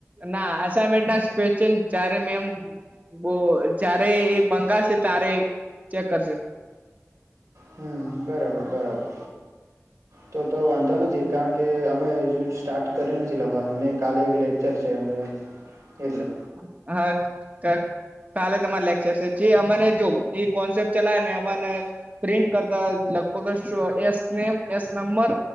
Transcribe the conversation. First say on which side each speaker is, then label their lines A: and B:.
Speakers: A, on the right; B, on the right.
A: ના આસાઈમેન્ટ ના ક્વેશ્ચન જ્યારે મેમ બો જયારે એ બંગાળશે તારે ચેક કરશે.
B: હમમમ બરાબર બરાબર. તો તો વાંધો નથી કારણ કે અમે હજુ સ્ટાર્ટ કર્યું નથી લખવાનું ને કાલે એક લેખ છે એમને એટલે.
A: <unintelligible> કાલે તમારે લેક્ચર છે જે અમાને જો એ કોન્સેપ્ટ ચલાવે ને અમાને પ્રિન્ટ કરતા લગભગ સૌ એસ નેમ એસ નંબર